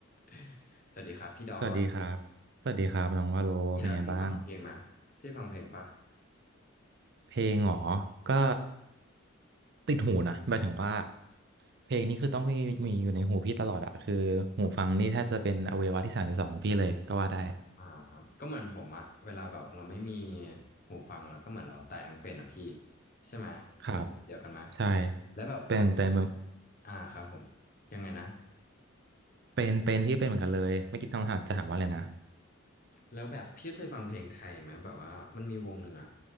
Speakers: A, on the left; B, on the right.
A: <laughs> สวัสดีครับพี่ดอน
B: สวัสดีครับสวัสดีครับน้องวาโลเป็นไงบ้าง
A: พี่แล้วพี่ฟังเพลงไหมาพี่ฟังเพลงปะ
B: เพลงเหรอก็ติดหูนะหมายถึงว่าเพลงนี้คือต้องมีมีอยู่ในหูพี่ตลอดอะคือหูฟังนี่แทบจะเป็นอวัยวะที่สามสิบสองของพี่เลยก็ว่าได้
A: อ่าก็เหมือนผมอะเวลาแบบเราไม่มีหูฟังเราก็เหมือนเราตายทั้งเป็นอะพี่ ใช่ไหมเป็นเดียวกันไหม
B: ครับใช่
A: แล้วแบบปกติละ
B: เป็นเป็น
A: อ่าครับผม ยังไงนะ
B: เป็นเป็นพี่เป็นเหมือนกันเลยไม่คิดต้องถามจะถามว่าอะไรนะ
A: แล้วแบบพี่เคยฟังเพลงไทยไหมแบบว่ามันมีวงหนึ่งอะ